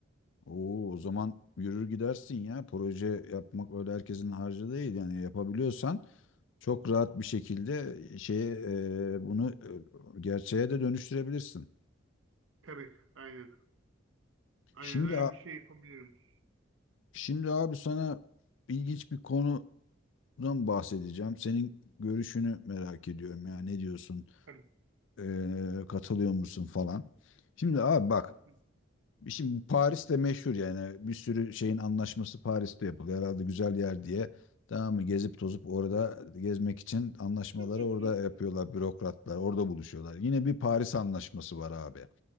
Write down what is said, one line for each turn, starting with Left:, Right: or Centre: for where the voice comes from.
Left: Oo, o zaman yürür gidersin ya proje yapmak öyle herkesin harcı değil yani yapabiliyorsan Çok rahat bir şekilde e, şeye e, bunu e, gerçeğe de dönüştürebilirsin.
Right: Tabii, aynen. Aynen
Left: Şimdi
Right: öyle
Left: a-
Right: bir şey yapabilirim.
Left: şimdi abi sana ilginç bir konudan bahsedeceğim. Senin görüşünü merak ediyorum ya ne diyorsun?
Right: Tabii.
Left: E, katılıyor musun falan. Şimdi abi bak
Right: Hı hı.
Left: şimdi Paris'te meşhur yani bir sürü şeyin anlaşması Paris'te yapılıyor. Herhalde güzel yer diye. Tamam mı? Gezip tozup orada gezmek için anlaşmaları
Right: <laughs>
Left: orada yapıyorlar bürokratlar. Orada buluşuyorlar. Yine bir Paris anlaşması var abi.